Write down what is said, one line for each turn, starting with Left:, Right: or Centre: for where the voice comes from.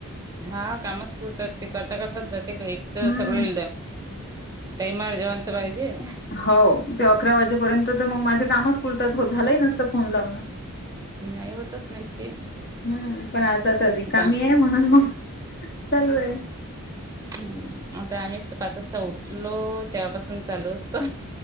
Right: हा कामच पुरतात ते करता करताात जाते एक तर
Left: हम्म.
Right: सगळे. टईमर जेवंत पाहिजे.
Left: हो ते अकरा वाजेपर्यंत तर मग माझे कामच पुरतात झालं नसतं फोन लावणं.
Right: नाही होतच नाही ते.
Left: हम्म पण आता तरअधिक
Right: आता
Left: कामी आहे म्हणून मग चालू आहे.
Right: हम्म आता आम्हीच तर पाच वाजता उठलो तेव्हापासून चालू असता.